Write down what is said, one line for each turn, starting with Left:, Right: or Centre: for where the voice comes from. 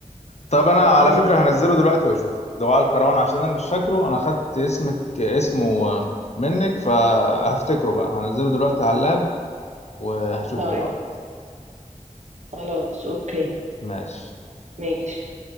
Left: طب أنا على
Right: ايوه
Left: فكرة هنزله دلوقتي وأشوفه دعاء الكروان عشان أنا مش فاكره أنا خدت اسمك اسمه آه، منك فهفتكره بقى هنزله دلوقتي على اللاب وهشوفه
Right: طيب
Left: دلوقتي
Right: خلاص اوكي
Left: ماشي
Right: ماشي